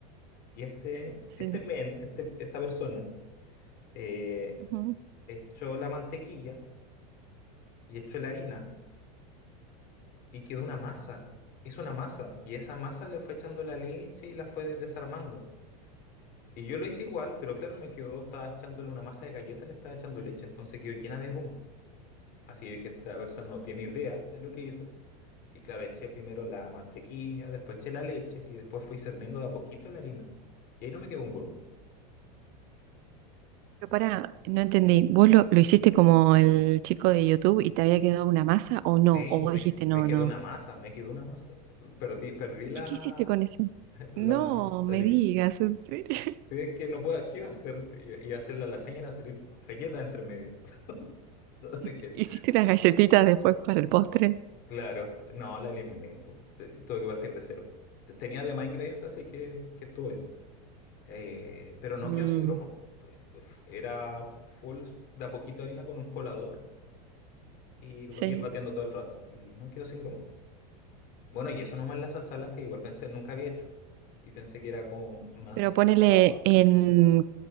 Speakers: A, on the left (about 45°); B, on the right (about 45°).
A: Y este,
B: Sí.
A: este men, este- esta persona, eh,
B: Ujú.
A: echó la mantequilla y echó la harina y quedó una masa. Hizo una masa y esa masa le fue echando la leche y la fue des- desarmando. Y yo lo hice igual, pero claro, me quedó, estaba echándole una masa de galleta, le estaba echando leche, entonces quedó llena de grumo. Así yo dije, esta persona no tiene idea de lo que hizo. Y claro, eché primero la mantequilla, después eché la leche y después fui cerniendo de a poquito la harina. Y ahí no me quedó un grumo.
B: Pero pará, no entendí. ¿Vos lo, lo hiciste como el chico de YouTube y te había quedado una masa o no?
A: Sí,
B: ¿O vos
A: me,
B: dijiste
A: qu-
B: no,
A: me quedó
B: no?
A: una masa, me quedó una masa. Perdí, perdí la,
B: ¿Y qué hiciste con eso?
A: <laughs> la,
B: No,
A: la,
B: me digas, ¿en serio?
A: Es que no puedo, ¿qué iba a hacer? Iba iba a hacer la lasaña y iban a salir galletas entre medio. <laughs> Así
B: <laughs>
A: que,
B: ¿Hiciste las galletitas después para el postre?
A: claro, no, la eliminé. Pues. Te- Tuve que partir de cero. Te- Tenía demás ingredientes, así que, que estuvo bien. Eh, pero no
B: Mm,
A: quedó sin grumo. Fue- fue- Era full de a poquito harina con un colador y ir,
B: sí.
A: ir bateando todo el rato. Y no quedó sin grumo. Bueno, y eso nomás la salsa blanca, igual pensé, nunca había hecho. Y pensé que era con más
B: Pero ponele
A: trabajo.
B: en